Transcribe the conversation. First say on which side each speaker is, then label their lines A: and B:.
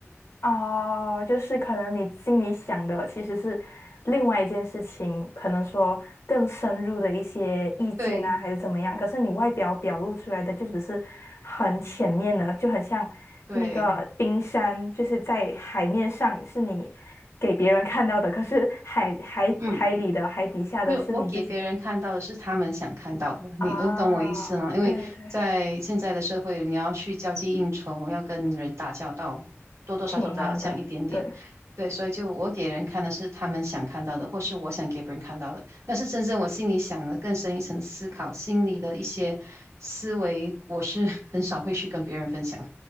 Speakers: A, on the left; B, on the right.
A: 哦，就是可能你心里想的其实是另外一件事情，可能说更深入的一些意见啊，
B: 对
A: 还是怎么样。可是你外表表露出来的就只是很浅面的，就很像那个冰山，
B: 对，
A: 就是在海面上是你给别人看到的，可是海海海里的海底下的是你自己
B: 嗯。没有，我给别人看到的是他们想看到的，
A: 啊。
B: 你我懂我意思吗？因为在现在的社会，
A: 对对，
B: 你要去交际应酬，要跟人打交道，多多少少都要这样一点点。
A: 挺难的。对，
B: 对，所以就我给人看的是他们想看到的，或是我想给别人看到的。但是真正我心里想的更深一层的思考，心里的一些思维，我是 <laughs> 很少会去跟别人分享。